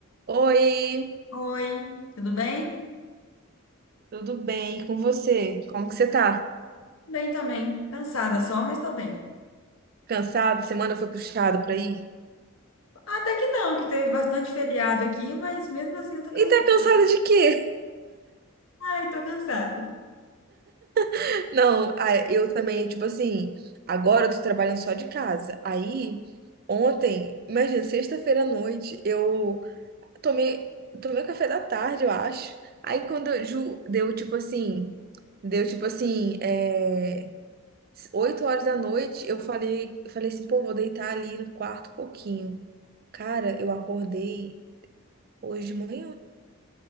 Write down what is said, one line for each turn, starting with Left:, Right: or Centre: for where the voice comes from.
Right: Oi,
Left: Oi, tudo bem?
Right: tudo bem? E com você? Como que você tá?
Left: Bem também. Cansada só, mas tô bem.
Right: Cansada? Semana foi puxada por aí?
Left: Até que não, que teve bastante feriado aqui, mas mesmo assim eu tô
Right: E
Left: cansada.
Right: tá cansada de quê?
Left: Ai, tô cansada.
Right: <laughs> Não, ah, eu também, tipo assim, agora eu tô trabalhando só de casa. Aí, ontem, imagina, sexta-feira à noite, eu tomei, tomei café da tarde, eu acho. Aí quando eu, ju- deu tipo assim, deu tipo assim, é, 8 horas da noite, eu falei, eu falei assim, pô, vou deitar ali no quarto um pouquinho. Cara, eu acordei Hoje de manhã